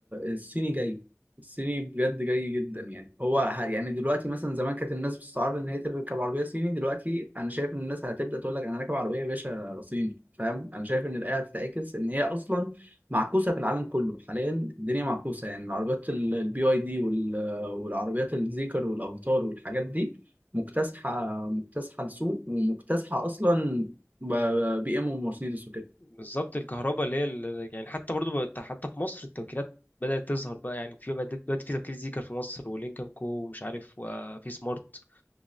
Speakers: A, on the right; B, on the left.
A: الصيني جاي الصيني بجد جاي جدا يعني هو ه- يعني دلوقتي مثلا زمان كانت الناس بتستعرض ان هي تركب عربيه صيني دلوقتي انا شايف ان الناس هتبدا تقول لك انا راكب عربيه يا باشا صيني فاهم انا شايف ان الايه هتتعكس ان هي اصلا معكوسه في العالم كله حاليا الدنيا معكوسه يعني العربيات البي اي دي والعربيات الزيكر والافاتار والحاجات دي مكتسحه مكتسحه السوق ومكتسحه اصلا ب- بي ام ومرسيدس وكده
B: بالظبط الكهرباء اللي هي ال- يعني حتى برضو بقت- حتى في مصر التوكيلات بدأت تظهر بقى يعني في بدأت- دلوقتي في توكيل زيكر في مصر ولينكن كو ومش عارف وفي سمارت